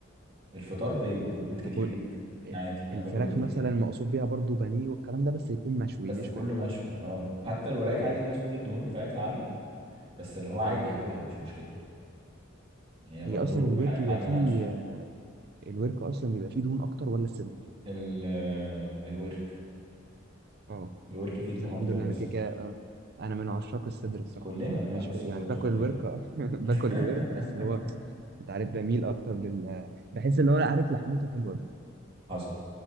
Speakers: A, on the right; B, on the right.
A: الفطار بيض وبيض كتير
B: طب وال-
A: جدا أنا عادي انا
B: الفراخ
A: باكل بيض
B: مثلا
A: كتير قوي
B: مقصود بيها برضو بانيه والكلام ده بس يكون مشوي
A: بس
B: مش
A: كله
B: مقلي
A: مشوي اه حتى الوراك
B: اه
A: عادي ناس تقول الدهون بتاعتها عاليه بس اللي هو عادي
B: اه
A: هاكلها مش مشكله هي
B: هي
A: برضو
B: اصلا الورك
A: ح- حاجه
B: بيبقى فيه
A: ناتشر
B: الورك اصلا بيبقى فيه دهون اكتر ولا الصدر
A: ال آه، الورك
B: اه
A: الورك فيه
B: بس
A: دهون
B: الحمد
A: اكتر
B: لله
A: من
B: انا
A: الصدر
B: كده كده آه، انا من عشاق الصدر الصراحه
A: كلنا
B: ما
A: بنحب
B: ماليش في-
A: الصدور
B: يعني باكل
A: في الغالب
B: الورك اه <laughs> باكل
A: <laughs>
B: الورك بس اللي هو انت عارف بميل اكتر لل بحس اللي هو لا، عارف لحمته حلوه كده
A: حصل